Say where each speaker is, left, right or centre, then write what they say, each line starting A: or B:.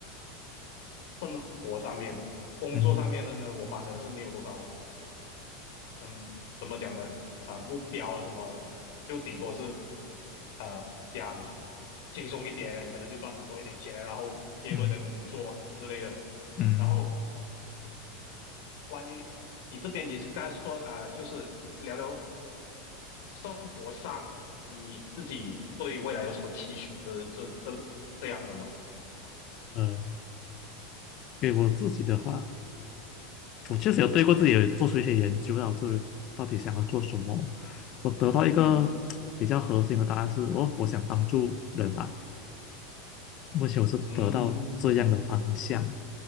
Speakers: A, on the left; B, on the left.
A: 生活上面、工作上面的呢，
B: 嗯
A: 我反而是没有多少嗯，怎么讲呢？啊、目标啊什么，就顶多是呃想轻松一点，可能就赚多一点钱，然后接多一点工作之类的。
B: 嗯嗯嗯，
A: 然后关于你这边，你是刚才说啊、呃就是聊聊生活上你自己对未来有什么期许，这这这这样的吗？
B: 呃，给我自己的话。我确实有对过自己有做出一些研究，然后就是到底想要做什么，我得到一个比较核心的答案是，
A: 嗯
B: 哦，我想帮助人吧。目前我是得到这样的方向，
A: 嗯